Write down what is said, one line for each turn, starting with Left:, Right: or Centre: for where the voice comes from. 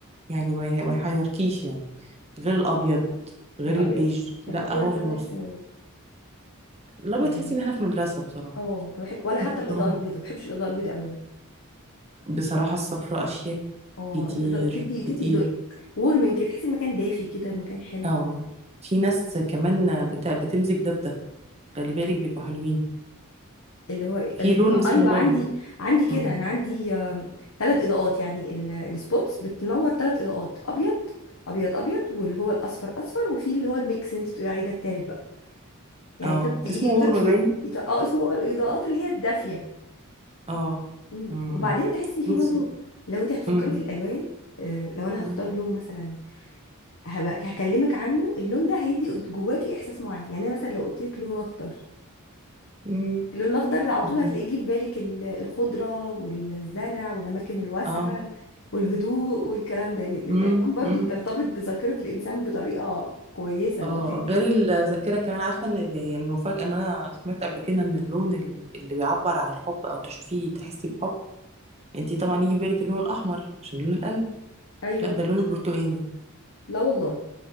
Right: يعني ما يح- ما يحيركيش يعني غير الابيض غير
Left: الابيض
Right: البيج لا
Left: الابيض
Right: هو في
Left: ده
Right: النص
Left: بحسه
Right: لا
Left: يعني
Right: بتحسي ان احنا في مدرسة بصراحة
Left: اه ما بحب ولا حتى
Right: <laughs>
Left: الاضاءه
Right: اه
Left: البيضاء ما بحبش الاضاءه البيضاء ابدا
Right: بصراحة السفر اشياء
Left: اه
Right: كتير
Left: الإضاءة- بتدي تدي
Right: كتير
Left: وورمنج كده تحسي المكان دافي كده مكان حلو
Right: اه في ناس كمان بت... بتمزج ده بده خلي بالك بيبقوا حلوين
Left: اللي هو الاثنين
Right: في لون
Left: ايوه
Right: اسمه ورم
Left: عندي عندي كده
Right: مم.
Left: انا عندي ثلاث اضاءات يعني ال- السبوتس بتنور ثلاث اضاءات ابيض ابيض ابيض واللي هو الاصفر اصفر وفي اللي هو الميكس اللي انت بتقولي عليه ده الثالث بقى يعني
Right: اه
Left: تطفي ايدي
Right: اسمه ورم
Left: وتطفي
Right: باين
Left: يط- اه اسمه الاضاءات اللي هي الدافيه
Right: اه
Left: مم.
Right: امم
Left: وبعدين تحسي فيه
Right: بصي
Left: برضو لو انت هتفكري
Right: امم
Left: في الالوان آه، لو انا
Right: مم.
Left: هختار لون مثلا هبقى هكلمك عنه اللون ده هيدي جواكي احساس معين يعني أنا مثلا لو قلت لك لون اخضر
Right: امم
Left: اللون الاخضر على
Right: فاهمة.
Left: طول هتلاقيه جه في بالك ال- الخضره والزرع والاماكن الواسعه
Right: اه
Left: والهدوء والكلام ده يعني الالوان
Right: مم.
Left: برضو
Right: مم.
Left: بترتبط بذاكره الانسان بطريقه كويسه
Right: اه
Left: وبتدي
Right: غير الذاكرة كمان عارفة ان ب- يعني المفاجأة ان انا سمعت قبل كده ان اللون ال- اللي بيعبر عن الحب او تشوفيه تحسي بحب يعني انتي طبعا يجي في بالك اللون الاحمر عشان لون القلب
Left: ايوه
Right: لا ده اللون البرتقاني
Left: لا والله